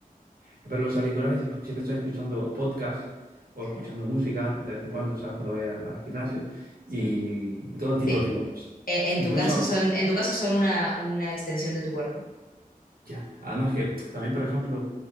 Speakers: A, on the right (about 75°); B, on the left (about 70°).
A: pero los auriculares siempre siempre estoy escuchando podcasts o
B: claro,
A: escuchando música de vez en cuando, ¿sabes? Cuando voy a- al gimnasio.
B: sí.
A: Y todo el
B: Sí,
A: tiempo lo tengo puesto.
B: e- en,
A: Incluso
B: tu caso son, en tu caso son una, una extensión de tu cuerpo.
A: Ya. Además que también, por ejemplo,